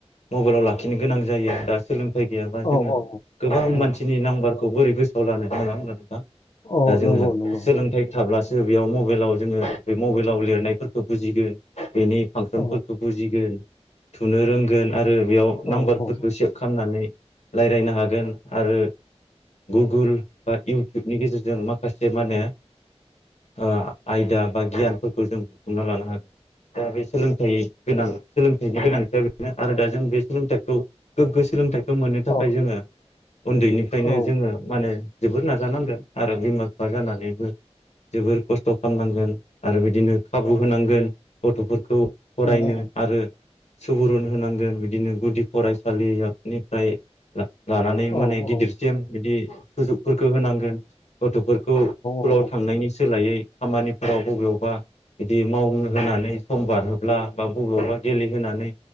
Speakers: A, on the left; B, on the left.
A: मबाइलाव लाखिनो गोनां जायो दा सोलों उफाय गैयाबा जोङो
B: औ औ
A: गोबां
B: उम
A: मानसिनि नाम्बार बोरै गोसोआव लानो नाङा होना नोंथां
B: औ
A: दा जोङो
B: नंगौ नंगौ
A: सोलोंथाइ थाब्लासो बेयाव मबाइलाव जोङो बे मबाइलाव लिरनायफोरखौ बुजिगोन बेनि फांसनफोरखौ
B: औ
A: बुजिगोन थुनो रोंगोन आरो बेयाव
B: औ
A: नाम्बारफोरखौ
B: औ
A: सेभ खालामनानै रायज्लायनो हागोन आरो गुगोल बा इउटुबनि गेजेरजों माखासे माने अ आयदा बा गियानफोरखौ जों बुथुमना लानो हागोन दा बे सोलोंथाइ गोनां सोलोंथाइनि गोनांथिया बेनो आरो दा जों बे सोलोंथाइखौ गोग्गो सोलोंथाइ मोननो थाखाय
B: औ
A: जोङो उन्दैनिफ्रायनो
B: औ
A: जोङो मानो जोबोर नाजानांगोन आरो बिमा माबा जानानैबो जोबोर खस्थ' खालामनांगोन आरो बिदिनो खाबु होनांगोन गथ'फोरखौ फरायनो
B: उम उम
A: आरो सुबुरुन होनांगोन बिदिनो गुदि फरायसालियाव निफ्राय लानानै
B: औ
A: माने
B: औ
A: गिदिरसिम बिदि सुजुग फोरखो होनांगोन गथ' फोरखौ स्कुलाव
B: औ
A: थांनायनि सोलायै। खामानिफोराव बबेयावबा बिदि मावनो होनानै समबार होब्ला बा बबेयावबा देलि होनानै